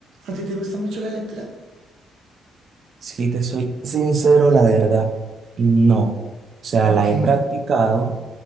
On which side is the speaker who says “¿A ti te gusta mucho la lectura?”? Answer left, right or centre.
Right